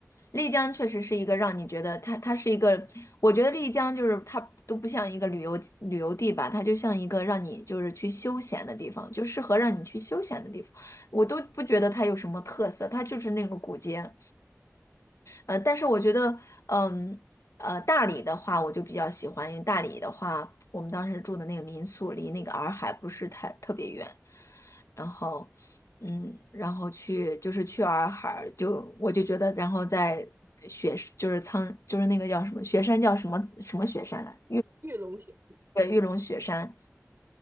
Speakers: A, on the left (about 75°); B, on the right (about 50°).
A: 丽江确实是一个让你觉得它，它是一个，我觉得丽江就是它都不像一个旅游旅游地吧，它就像一个让你就是去休闲的地方，就适合让你去休闲的地方。我都不觉得它有什么特色，它就是那个古街，呃，但是我觉得，嗯，呃，大理的话，我就比较喜欢，因为大理的话，我们当时住的那个民宿离那个洱海不是太特别远，然后，嗯，然后去就是去洱海，就我就觉得，然后在雪就是苍就是那个叫什么雪山叫什么什么雪山来，
B: 玉龙雪
A: 对，玉龙雪山。